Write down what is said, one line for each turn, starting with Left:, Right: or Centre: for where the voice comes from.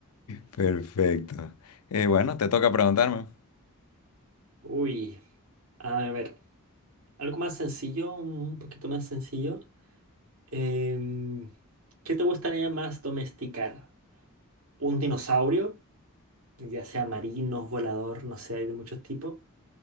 Left: Perfecto. Eh, bueno, te toca preguntarme.
Right: Uy, a ver, algo más sencillo, un poquito más sencillo. Em, ¿qué te gustaría más domesticar? ¿Un dinosaurio, ya sea marino, volador, no sé, hay de muchos tipos?